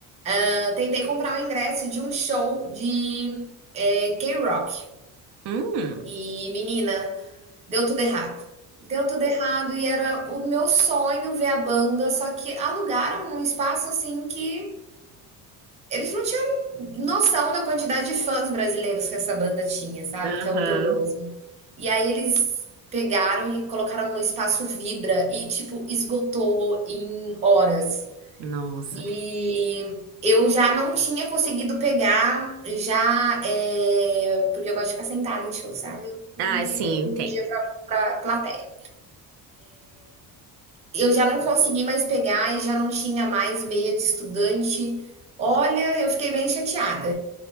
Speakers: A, on the right; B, on the right.
A: ah, tentei comprar o ingresso de um show de eh, K-Rock.
B: hum,
A: E, menina, deu tudo errado. Deu tudo errado e era o meu sonho ver a banda, só que alugaram um espaço assim que eles não tinham noção da quantidade de fãs brasileiros que essa banda tinha, sabe?
B: aham,
A: Que é o The Rose. E aí eles pegaram e colocaram no espaço Vibra e, tipo, esgotou em horas.
B: Nossa.
A: E eu já não tinha conseguido pegar já, eh, porque eu gosto de ficar sentada em show, sabe, eu
B: Ah,
A: não tenho
B: sim,
A: mais
B: eu
A: um
B: entendo.
A: dia para plateia. Eu já não consegui mais pegar e já não tinha mais meia de estudante. Olha, eu fiquei bem chateada.